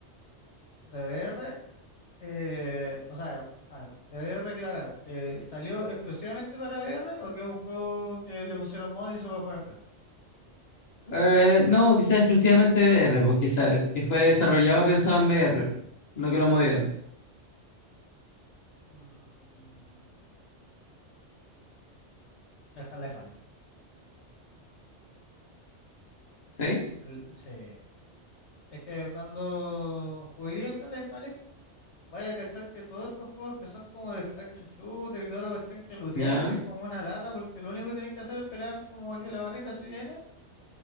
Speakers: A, on the left; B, on the left.
A: De VR, eh, o sea, a ver, deber aclarar que salió exclusivamente para VR o que es un juego que le pusieron mod y se puede jugar en VR.
B: Eh, no, que sea exclusivamente VR, porque sa- que fue desarrollado pensado en VR, no que lo movieron.
A: Mm, el Half-Life Alyx.
B: ¿Sí?
A: L- Sí, Es que cuando jugué Half-Life Alyx, vaya a cachar que todos estos juegos que son como de extraction shooter y toda la cuestión que lootear
B: Ya,
A: es como una lata porque lo único que tienes que hacer es esperar como a que la barrita se llene.